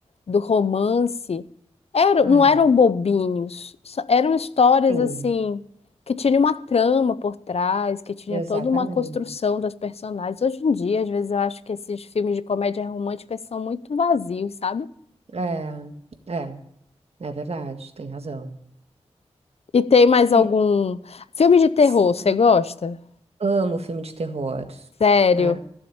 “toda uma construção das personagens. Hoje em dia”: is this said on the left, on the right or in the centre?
Left